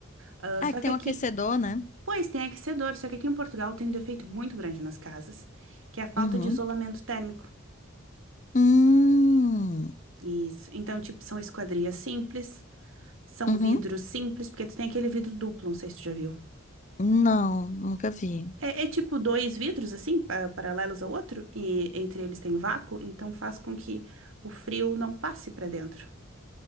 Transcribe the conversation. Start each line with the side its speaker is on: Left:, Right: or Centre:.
Right: Ah,
Left: Ah,
Right: só
Left: que tem
Right: que aqui.
Left: um aquecedor, né?
Right: Pois, tem aquecedor, só que aqui em Portugal tem um defeito muito grande nas casas, que é a falta
Left: Uhum.
Right: de isolamento térmico.
Left: Hum.
Right: Isso. Então, tipo, são esquadrias simples. São
Left: Uhum.
Right: vidros simples, porque tu tem aquele vidro duplo, não sei se tu já viu.
Left: Não, nunca vi.
Right: É, é tipo dois vidros, assim, pa- paralelos ao outro, e entre eles tem vácuo, então faz com que o frio não passe pra dentro.